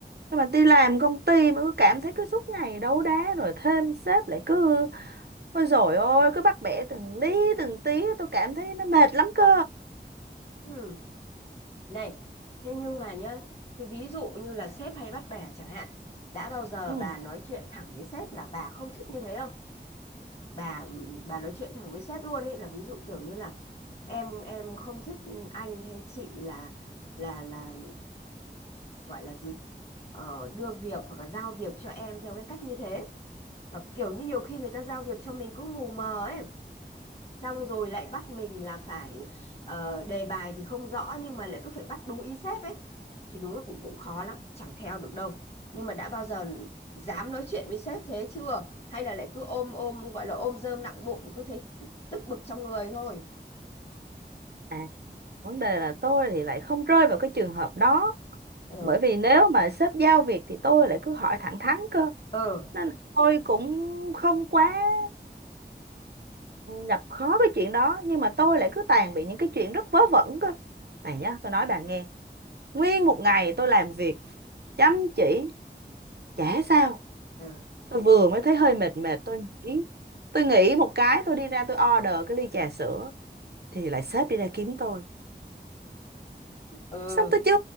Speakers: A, on the right; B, on the left.
A: nhưng mà đi làm công ty mà cứ cảm thấy cứ suốt ngày đấu đá rồi thêm sếp lại cứ ôi dồi ôi cứ bắt bẻ từng lý từng tí tôi cảm thấy nó mệt lắm cơ
B: Ừ. Này, thế nhưng mà nhá, thì ví dụ như là sếp hay bắt bẻ chẳng hạn, đã bao giờ
A: ừ.
B: bà nói chuyện thẳng với sếp là bà không thích như thế không? Bà bà nói chuyện thẳng với sếp luôn ấy là ví dụ kiểu như là em em không thích anh hay chị là là là gọi là gì? Ờ, đưa việc hoặc là giao việc cho em theo cái cách như thế. Hoặc kiểu như nhiều khi người ta giao việc cho mình cũng mù mờ ấy xong rồi lại bắt mình là phải ờ, đề bài thì không rõ nhưng mà lại cứ phải bắt đúng ý sếp ấy thì đúng là cũng cũng khó lắm chẳng theo được đâu nhưng mà đã bao giờ dám nói chuyện với sếp thế chưa hay là lại cứ ôm ôm gọi là ôm rơm nặng bụng cứ thấy tức bực trong người thôi
A: à vấn đề là tôi thì lại không rơi vào cái trường hợp đó
B: ừ
A: bởi vì nếu mà sếp giao việc thì tôi lại cứ hỏi thẳng thắn cơ
B: ừ
A: nên là tôi cũng không quá gặp khó cái chuyện đó nhưng mà tôi lại cứ tàn bị những cái chuyện rất vớ vẩn cơ này nhá tôi nói bạn nghe Nguyên một ngày tôi làm việc chăm chỉ, chả sao.
B: ừ
A: Tôi vừa mới thấy hơi mệt mệt, tôi nghĩ. Tôi nghĩ một cái, tôi đi ra tôi order cái ly trà sữa. Thì lại sếp đi ra kiếm tôi.
B: ừ
A: Xong tôi chưa